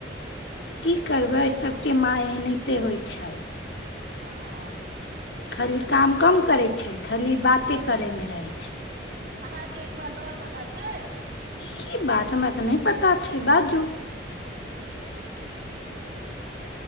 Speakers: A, on the left; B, on the right.
A: की करबै सबके माय एनाहिंते होइ छै
B: हँ
A: खाली काम कम करैय छै खाली बाते करै मे रहैय
B: अहाँके एक बात आओर पता छै
A: की बात हमरा तऽ नहि पता छै बाजू